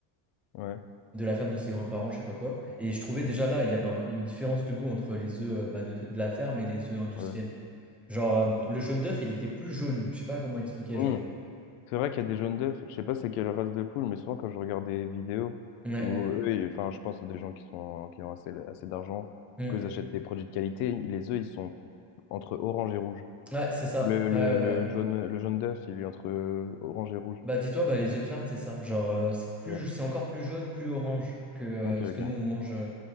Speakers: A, on the left (about 80°); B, in the centre.
A: Ouais.
B: de la ferme de ses grands-parents, je sais pas quoi. Et je trouvais
A: Ouais.
B: déjà là, il y avait un- une différence de goût entre les œufs euh, bah, de, de la ferme et les œufs industriels.
A: Ouais.
B: Genre, euh,
A: Ok.
B: le jaune d'œuf, il était plus jaune. Je sais pas comment expliquer,
A: Hmm.
B: genre.
A: C'est vrai qu'il y a des jaunes d'œufs. Je sais pas c'est quelle race de poule, mais souvent quand je regarde des vidéos
B: Ouais,
A: où eux, ils- enfin, je pense à des gens qui sont qui ont assez, assez d'argent,
B: Mm.
A: du coup ils achètent des produits de qualité. Les œufs, ils sont entre orange et rouge.
B: Ouais, c'est ça.
A: Le, le,
B: Ouais, ouais.
A: le
B: ouais.
A: jaune, le jaune d'œuf, il est entre euh, orange et rouge.
B: Bah, dis-toi, bah, les œufs de ferme, c'est ça. Genre, euh, c'est plus,
A: Ok,
B: c'est encore plus jaune, plus orange que euh,
A: ok. ok.
B: ce que nous, on mange. euh.